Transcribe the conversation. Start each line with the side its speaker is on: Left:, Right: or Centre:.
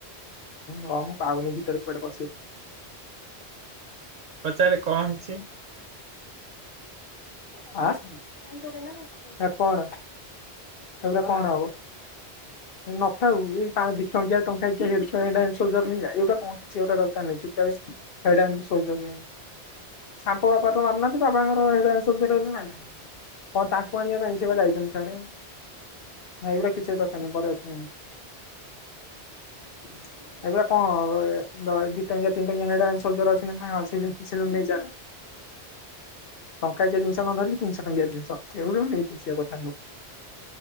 Left: ହ ମୁଁ ପାାଉନି ଭିତର କୁଆଡେ ପଶିଯାଇଛି।
Right: ପଚାରରେ କଣ ହେଇଛି?
Left: ଆ କଣ ଏଗୁରା କଣ ହବ? ନଥାଉ, ଏଇ ଦିଟଙ୍କିଆ ଟଙ୍କାକିଆ ହେଡ଼ ସୋଲଜର ନେଇଜା? <unintelligible> କିଛି ଦରକାର ନାହିଁ। <unintelligible> ସାମ୍ପୋ ବାପା ତ ମାନୁ ନାହାନ୍ତି। ବାବାଙ୍କର ହେଡ଼ ଆଣ୍ଡ ସୋଲଜର <unintelligible> କଣ ତାଙ୍କୁ ଆଣିବା ପାଇଁ ସେ ଯାଇଛନ୍ତି ସ୍ୟାଡେ ଏଗୁରା କିଛି ଦରକାର ନାହିଁ, ଘରେ ଅଛି, <unintelligible> ଏଗୁରା କଣ ହବ ଦି ଟଙ୍କିଆ ତିନି ଟଙ୍କିଆହେଡ଼ ଆଣ୍ଡ ସୋଲଜର ଅଛି ନା, ସେୟାକୁ ନେଇଜା। ଟଙ୍କାକିଆ ଜିନିଷ ନ ଧରିକି ତିନିଶହ ଟଙ୍କିଆ ଜିନିଷ ଏଗୁଡ଼ାଙ୍କୁ ନେଇକି ଆସିବା କଥା ନୁହଁ,